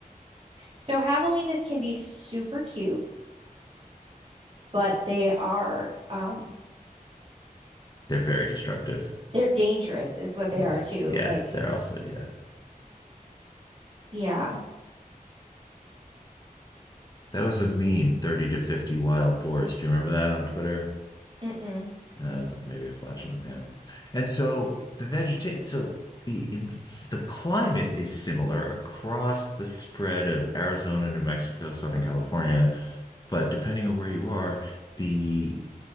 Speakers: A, on the right; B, on the left.
A: So javelinas can be super cute but they are um
B: They're very destructive.
A: they're dangerous is what
B: Yeah.
A: they are too.
B: Yeah,
A: Like,
B: they're also, yeah.
A: yeah.
B: That was a meme, 30 to 50 wild boars. Do you remember that on Twitter?
A: Mm-mm.
B: That's maybe a flash in the pan. And so the vegetation, so the in the climate is similar across the spread of Arizona, New Mexico, Southern California, but depending on where you are, the